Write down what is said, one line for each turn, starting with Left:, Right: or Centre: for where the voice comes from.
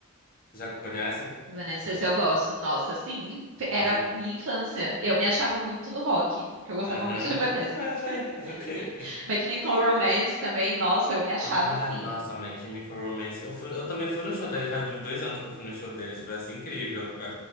Left: Já conhecem?
Right: Evanescence eu gosto. Nossa, sim, era
Left: Ai,
Right: minha infância. Eu me achava muito do rock, porque eu gostava
Left: aham.
Right: muito de Evanescence.
Left: <laughs>
Right: <laughs> My Chemical Romance também, nossa, eu me achava
Left: Ah,
Right: assim.
Left: nossa, My Chemical Romance. Eu fui, eu também fui no show deles, faz uns dois anos que eu fui no show deles. Foi assim incrível. Foi.